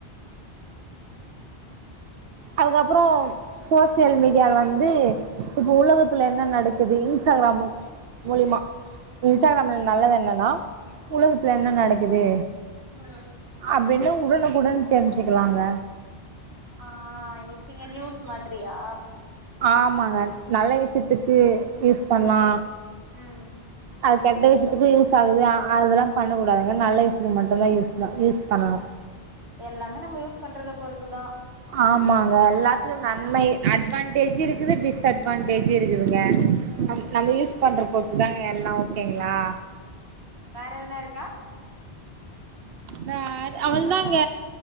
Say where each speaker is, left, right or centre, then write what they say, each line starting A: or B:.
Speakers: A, on the right; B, on the right.
A: அதுக்கப்புறோ சோசியல் மீடியால வந்து இப்ப உலக த்துல என்ன நடக்குது இன்ஸ்டாகிராம் மூலியமா இன்ஸ்டாகிராம்ல நல்லது என்னன்னா உலகத்துல என்ன நடக்குது
B: ம்
A: அப்டின்னு உடனுக்குடன் தெரிஞ்சுக்குலாங்க
B: ஆ எப்டிங்க நியூஸ் மாதிரியா
A: ஆமாங்க நல்ல விஷ்யத்துக்கு யூஸ் பண்லா
B: ம்
A: அது கெட்ட விஷயத்துக்கு யூஸ் ஆகுது ஆனா அதெல்லா பண்ண கூடாதுங்க நல்ல விஷயத்துக்கு மட்டுந்தா யூஸ்னு யூஸ் பண்ணணு
B: எல்லாமே நம்ம யூஸ் பண்றத பொறுத்துதா
A: ஆமாங்க எல்லாத்திலியு நன்மை அட்வான்டேஜு இருக்குது டிஸ்அட்வான்டேஜு இருக்குதுங்க
B: ம்
A: நம் நம்ம யூஸ் பண்ற பொற்த்துதாங்க எல்லா ஓகேங்ளா
B: வேற எதனா இருக்கா
A: வேற அவல் தாங்க